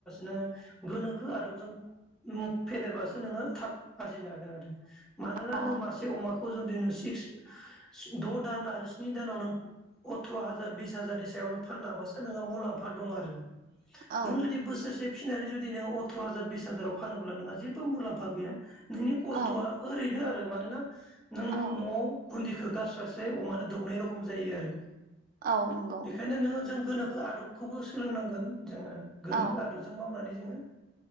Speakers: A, in the centre; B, on the right.
A: नो गोनोखो आदबजों म फेदेरबासो नोंङो थाब आरजिनो हागोन आरो। मानोना
B: औ
A: नों मासे अमाखौ जुदि नों सिक्स द दान आरो स्नि दानाव नों अथ्र हाजार बिस हाजारनि सायाव नों फाननो हाबासो नोंहा मुलाम्फा दं आरो
B: औ
A: नों जुदि बोसोरसे फिसिनानै जुदि नोंङो अथ्र हाजार बिस हाजाराव फानोब्ला नोंहा जेबो मुलाम्फा गैया। नोंनि खस्थआ
B: औ
A: ओरैनो आरो ओ मानोना नों
B: औ
A: न'आव बुनदि बेखौ गारस्रायस्राय अमानो दौनाय रखम जायो आरो
B: औ नंगौ
A: बेखायनो नोंङो जों गोनोखो आदबखौबो सोलोंनांगोन जोंङो गोनो
B: औ
A: मावनानै जोंङो